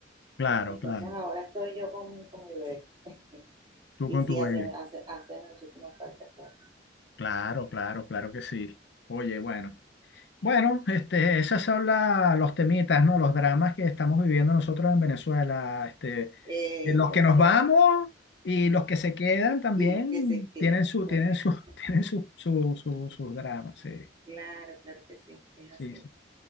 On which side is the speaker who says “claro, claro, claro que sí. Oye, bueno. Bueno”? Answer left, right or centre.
Left